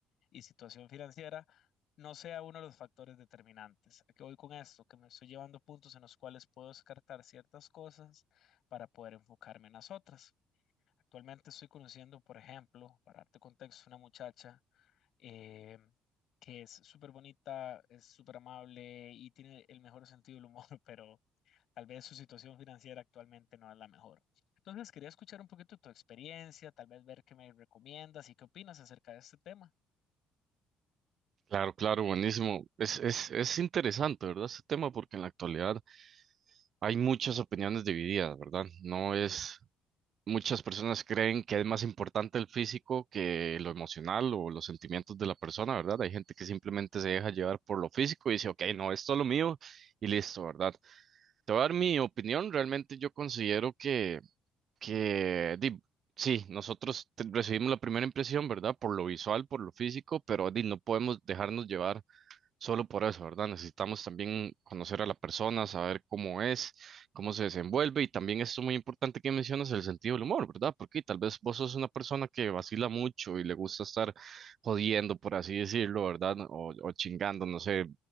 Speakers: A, on the left; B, on the right.
A: y situación financiera, no sea uno de los factores determinantes. ¿A qué voy con esto? Que me estoy llevando puntos en los cuales puedo descartar ciertas cosas para poder enfocarme en las otras. Actualmente estoy conociendo, por ejemplo, para darte contexto, una muchacha eh, que es súper bonita, es súper amable y tiene el mejor sentido del humor, <laughs> pero tal vez su situación financiera actualmente no es la mejor. Entonces, quería escuchar un poquito tu experiencia, tal vez ver qué me recomiendas y qué opinas acerca de este tema.
B: Claro, claro, buenísimo. Es, es, es interesante, ¿verdad? Este tema porque en la actualidad hay muchas opiniones divididas, ¿verdad? No es, muchas personas creen que es más importante el físico que lo emocional o los sentimientos de la persona, ¿verdad? Hay gente que simplemente se deja llevar por lo físico y dice, ok, no, esto es lo mío y listo, ¿verdad? Te voy a dar mi opinión, realmente yo considero que que di, sí, nosotros te- recibimos la primera impresión, ¿verdad? Por lo visual, por lo físico, pero di, no podemos dejarnos llevar solo por eso, ¿verdad? Necesitamos también conocer a la persona, saber cómo es, cómo se desenvuelve y también esto muy importante que mencionas, el sentido del humor, ¿verdad? Porque tal vez vos sos una persona que vacila mucho y le gusta estar jodiendo, por así decirlo, ¿verdad? O, o chingando, no sé.